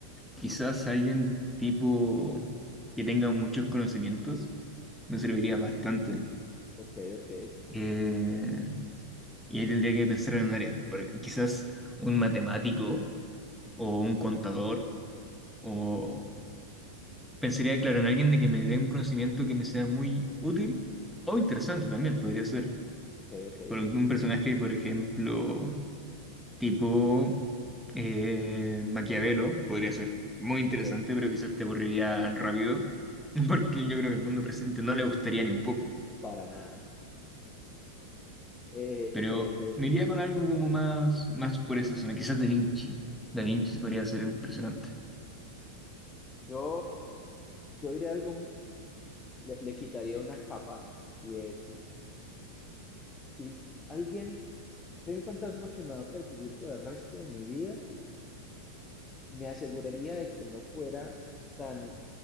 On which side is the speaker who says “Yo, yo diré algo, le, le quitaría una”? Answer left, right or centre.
Left